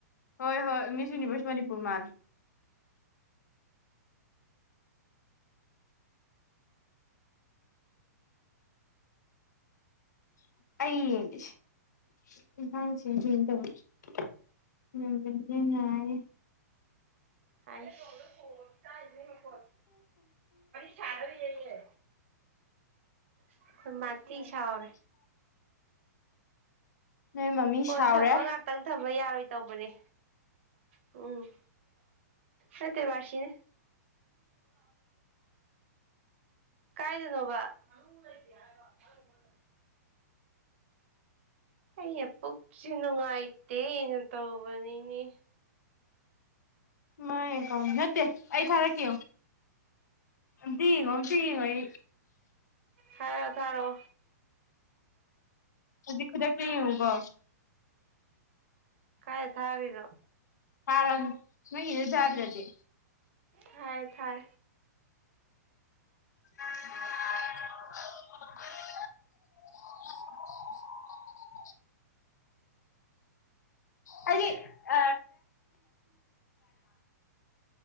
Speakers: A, on the left; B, on the right.
A: ꯍꯣꯏ ꯍꯣꯏ ꯃꯤꯁ ꯌꯨꯅꯤꯚꯔꯁ ꯃꯅꯤꯄꯨꯔ ꯃꯥꯜꯂꯤꯦ ꯑꯁꯦ ꯇ ꯌꯥꯑꯦ <unintelligible> <inaudible>
B: ꯍꯥꯏ ꯀꯥꯏ ꯍ ꯅꯀꯣꯠ ꯆꯥꯗꯔꯤ ꯌꯑꯦ ꯑꯩꯈꯣꯏ ꯃꯥꯊ ꯁꯣꯏꯔꯦ
A: ꯅꯣꯏ ꯃꯃꯤ
B: ꯐꯣꯟ
A: ꯁꯥꯎꯔꯦ
B: ꯊꯝꯃ ꯉꯥꯛꯇꯪ ꯊꯝꯃ ꯌꯥꯔꯣꯏ ꯇꯧꯕꯅꯦ ꯎꯝ ꯅꯠꯇꯦ ꯃꯥꯔꯁꯤꯅꯦ ꯀꯥꯏꯗꯅꯣꯕ <unintelligible> ꯑꯩ ꯄꯨꯛꯁꯤ ꯅꯨꯡꯉꯥꯏꯇꯦꯩꯅ ꯇꯧꯕꯅꯤꯅꯦ
A: ꯃꯥꯏ ꯀ ꯅꯠꯇꯦ ꯑꯩ ꯊꯥꯔꯛꯀꯦ ꯌꯦꯡꯉꯣ ꯃꯇꯥ ꯌꯦꯡꯉꯣ <inaudible>
B: ꯍꯥꯏꯔꯣ ꯊꯥꯔꯣ
A: ꯍꯧꯖꯤ ꯈꯨꯗꯀꯤ ꯍꯧꯎꯕ
B: ꯀꯥꯏ ꯊꯥꯗꯣ
A: ꯑꯔꯝ ꯅꯪꯖꯥꯗ꯭ꯔꯗꯤ
B: ꯊꯥꯏ ꯊꯥꯏ
A: <inaudible> ꯑ ꯑ